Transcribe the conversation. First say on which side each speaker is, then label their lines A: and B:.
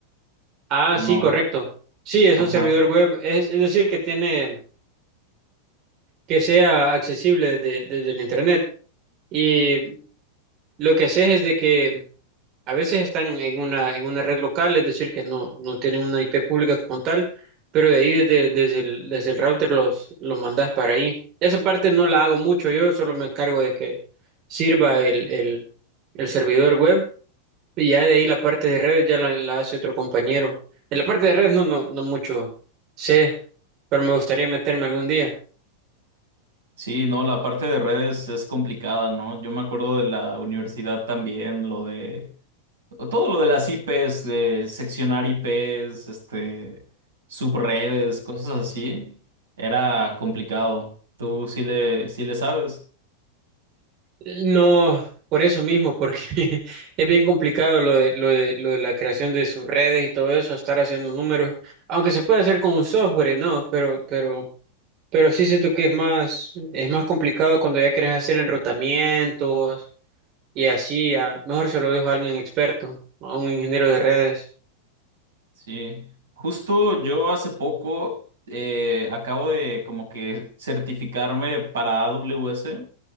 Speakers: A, on the right (about 35°); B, on the right (about 65°).
A: Ah,
B: ¿o
A: sí,
B: no?
A: correcto. Sí, es
B: Ajá.
A: un servidor web, es, es decir, que tiene, que sea accesible de- desde el internet. Y lo que haces es de que A veces están en una, en una red local, es decir, que no, no tienen una IP pública como tal, pero de ahí desde, desde el, desde el router los, los mandas para ahí. Esa parte no la hago mucho yo, solo me encargo de que sirva el, el, el servidor web y ya de ahí la parte de redes ya la, la hace otro compañero. En la parte de redes no, no, no mucho sé, pero me gustaría meterme algún día.
B: Sí, no, la parte de redes es complicada, ¿no? Yo me acuerdo de la universidad también, lo de Todo lo de las IPs, de seccionar IPs, este, subredes, cosas así, era complicado. Tú sí le, sí le sabes.
A: No, por eso mismo, porque <laughs> es bien complicado lo de, lo de, lo de la creación de sus redes y todo eso, estar haciendo números, aunque se puede hacer con un software, ¿no? Pero, pero, pero sí siento que es más, es más complicado cuando ya quieres hacer enrutamientos y así, a- mejor se lo dejo a alguien experto, a un ingeniero de redes.
B: Sí. Justo yo hace poco eh, acabo de como que certificarme para AWS